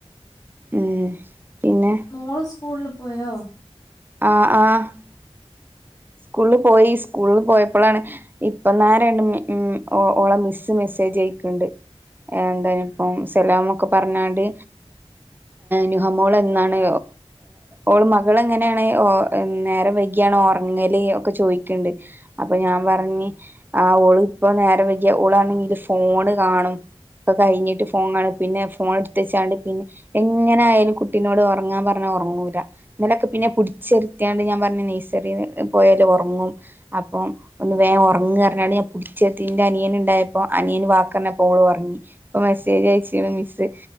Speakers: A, on the right; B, on the left.
A: ഉം പിന്നെ
B: മോള് സ്കൂളില് പോയോ
A: ആ ആ സ്കൂളിൽ പോയി സ്കൂളിൽ പോയപ്പോഴാണ് ഇപ്പന്നരണ്ട് ഉ ഓളെ മിസ് മിസ് ജയ്ക്കണ്ട് എന്ത ഇപ്പ സലമ ഒക്കെ പറഞ്ഞാണ്ട് നുഹമോൾ എന്നാണ് ഓള് മകൾ എങ്ങനെയാണ്ഒ നേരം വൈകിയാണ് ഓർ ങ്ങല് ഒക്കെ ചോദിക്കണ്ട് അപ്പൊ ഞാൻ പർഞ്ഞ് ആ ഓള് ഇപ്പ നേരം വൈകി ഓള ണെ ങ്കി ഫോണ് കാണും ഇപ്പൊ കഴിഞ്ഞിട്ട് ഫോൺണ പിന്നെ ഫോൺ എടുത്ത വച്ചാണ്ട് പിന്നെ എങ്ങനെ ആയാലും കുട്ടിനോട് ഉറങ്ങാൻ പറഞ്ഞ ഉറങ്ങ എന്നലൊക്കെ പിന്നെ പിടിച്ചെരുത്തിയാണ്ട് ഞാൻ പറഞ്ഞ നെയ്സറി പോയല് ഉറങ്ങും അപ്പൊ ഒന്ന് വേം ഉറങ്ങു കഞ്ഞാണ് ഞാൻ പിടിച്ചതിറെ അനിയന ഉണ്ടായപ്പോ ആനിയന് വാക്ക് പറഞ്ഞാപ്പോ ഓള് ഒ റങ്ങി ഇപ്പ മെസ്സേജ് അയച്ച്ണ് മിസ്സ്